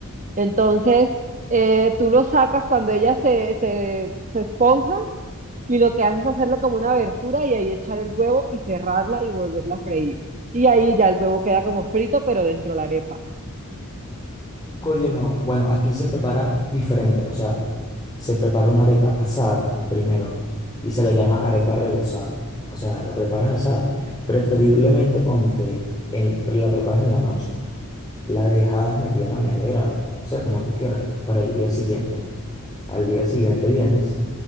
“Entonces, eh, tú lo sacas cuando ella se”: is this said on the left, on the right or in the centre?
Right